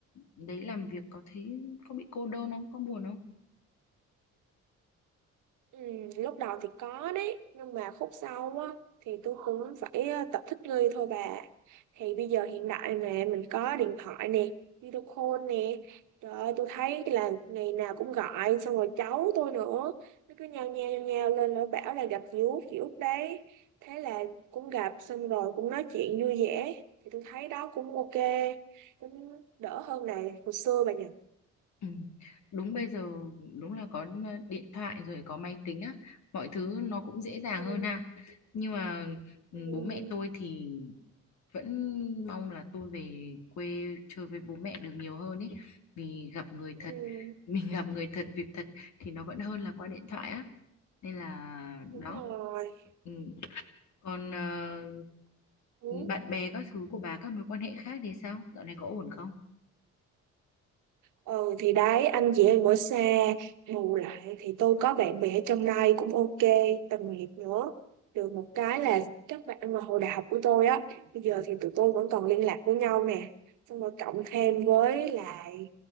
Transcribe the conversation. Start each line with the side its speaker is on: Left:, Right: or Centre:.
Left: đấy làm việc có thấy có bị cô đơn không? Có buồn không?
Right: Ừ, lúc đầu thì có đấy nhưng mà khúc sau á thì tôi cũng phải ờ, tập thích nghi thôi bà thì bây giờ hiện đại mà mình có điện thoại nè video call nè trời ơi tôi thấy là ngày nào cũng gọi xong rồi cháu tôi nữa nó cứ nhao nhao nhao nhao lên nó bảo là gặp dì út dì út đấy thế là cũng gặp xong rồi cũng nói chuyện vui vẻ thì tôi thấy đó cũng ok cũng đỡ hơn là hồi xưa bà nhỉ
Left: Ừ. Đúng bây giờ đúng là có điện thoại rồi có máy tính á, mọi thứ nó cũng dễ
Right: ừ,
Left: dàng hơn ha. Nhưng mà ừ,
Right: ừ,
Left: bố mẹ tôi thì vẫn mong là tôi về quê chơi với bố mẹ được nhiều hơn ấy vì gặp người
Right: ừ,
Left: thật <laughs> mình gặp người thật việc thật thì nó vẫn hơn là qua điện thoại á nên là
Right: đúng
Left: đó
Right: rồi
Left: ừ. còn ờ,
Right: Ừ.
Left: bạn bè các thứ của bà các mối quan hệ khác thì sao dạo này có ổn không
Right: Ừ thì đấy anh chị em ở xa bù lại thì tôi có bạn bè ở trong đây cũng ok đồng nghiệp nữa được một cái là các bạn mà hồi đại học của tôi á bây giờ thì tụi tôi vẫn còn liên lạc với nhau nè xong rồi cộng thêm với lại